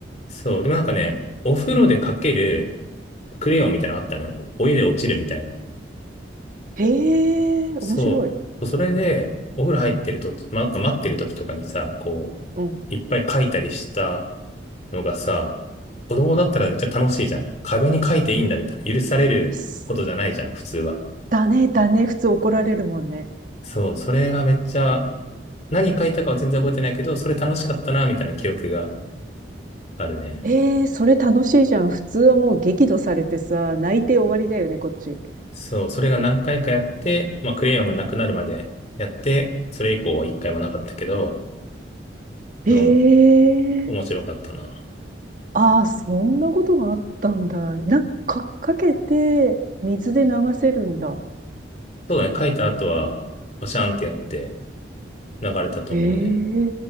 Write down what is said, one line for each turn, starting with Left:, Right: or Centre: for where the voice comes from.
Left: そう、でもなんかね、お風呂で描けるクレヨンみたいなのあったのよ。お湯で落ちるみたいな。
Right: へえ、
Left: そう、
Right: 面白い。
Left: それで、お風呂入ってると、ま、待ってる時とかにさ、こ
Right: うん。
Left: う、いっぱい描いたりした、のがさ、子供だったらめっちゃ楽しいじゃん。壁に書いていいんだみたいな。許されることじゃないじゃん、
Right: す
Left: 普通は。
Right: だね、だね、普通怒られるもんね。
Left: そう、それがめっちゃ、何書いたかは全然覚えてないけど、それ楽しかったな、みたいな記憶があるね。
Right: ええ、それ楽しいじゃん。普通はもう激怒されてさ、泣いて終わりだよね、こっち。
Left: そう、それが何回かやって、まあ、クレヨンがなくなるまでやって、それ以降は一回もなかったけど、
Right: へえ。
Left: でもも、面白かったな。
Right: ああ、そんなことがあったんだ。なんか、かけて、水で流せるんだ。
Left: そうだね、書いた後は、おシャンってやって流れたと思うね。
Right: え